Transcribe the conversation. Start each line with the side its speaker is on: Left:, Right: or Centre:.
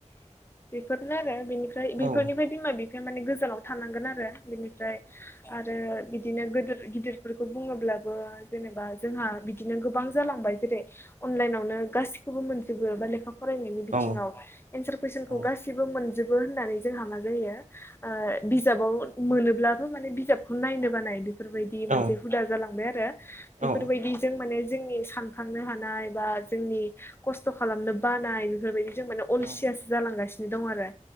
Left: बेफोरनो आरो बेनिफ्राय बेफोरनिफ्राय
Right: औ
Left: बिमा बिफाया माने गोजानाव थांगोन आरो बेनिफ्राय आरो बि बिदिनो गोदोर गिदिरफोरखौ बुङोब्लाबो जेनेबा जोंहा बिदिनो गोबां जालांबाय जेरै अनलाइनावनो गासिखौबो मोनजोबो बा लेखा फरायनायनि बिथिङाव
Right: औ
Left: एन्सार कुइसनखौ
Right: औ
Left: गासिबो मोन जोबो होननानै जोंहा मा जायो ओ बिजाबाव मोनोब्लाबो माने बिजाबखौ नायनो बानाय बेफोरबायदि मोनसे
Right: औ
Left: हुदा जालांबाय आरो
Right: औ
Left: बेफोरबायदिजों माने जोंनि सान ननो हानाय बा जोंनि खस्थ' खालामनो बानाय बेफोरबायदि जों माने अलसियासो
Right: औ
Left: जालांगासिनो दं आरो